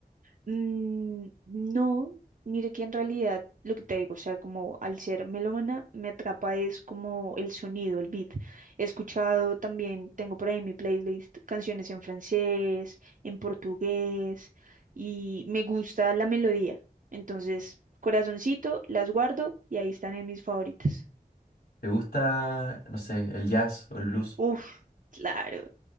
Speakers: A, on the right; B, on the left.
A: Mm, no, mire que en realidad lo que te digo, o sea, como al ser melómana, me atrapa es como el sonido, el beat. He escuchado también, tengo por ahí en mi playlist canciones en francés, en portugués, y me gusta la melodía. Entonces, corazoncito, las guardo y ahí están en mis favoritas.
B: ¿Te gusta, no sé, el jazz o el blues?
A: Uf, claro.